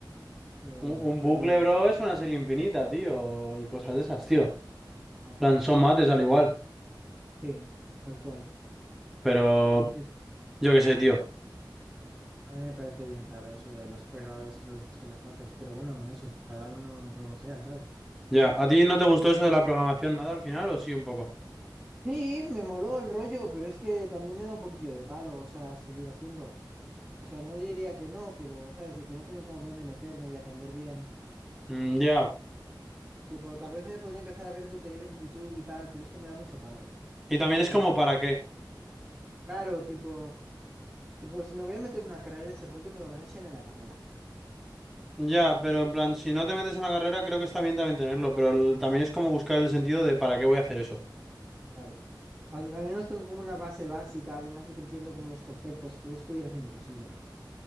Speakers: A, on the right (about 20°); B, in the centre.
A: pero
B: Un,
A: bueno,
B: un
A: rarillo.
B: bucle, bro, es una serie infinita, tío. Y cosas de esas, tío. En
A: Y tal.
B: plan, son mates al igual.
A: Sí, tal cual.
B: Pero
A: Hay que ser.
B: yo qué sé, tío.
A: A mí me parece bien raro eso de los programadores que no les gusten las mates, pero bueno, eso, cada uno como sea, ¿sabes?
B: Ya, ¿a ti no te gustó eso de la programación nada al final o sí un poco?
A: Sí, me moló el rollo, pero es que también me da un poquillo de palo, o sea, seguir haciendo. O sea, no diría que no, pero, ¿sabes? De que no tengo como dónde meterme y aprender bien.
B: Mm, ya.
A: Tipo, tal vez me podría empezar a ver tutoriales de YouTube y tal, pero es que me da mucho palo.
B: Y también es
A: Me
B: como
A: da pereza.
B: para qué.
A: Claro, tipo, tipo, si me voy a meter en una carrera de ese rollo, me lo van a enseñar en la carrera.
B: Ya, pero en plan, si no te metes en la carrera, creo que está bien también tenerlo, pero el- también es como buscar el sentido de para qué voy a hacer eso.
A: Claro. Al, al menos tengo como una base básica, además de que entiendo como los conceptos, entonces puedo ir haciendo cosillas.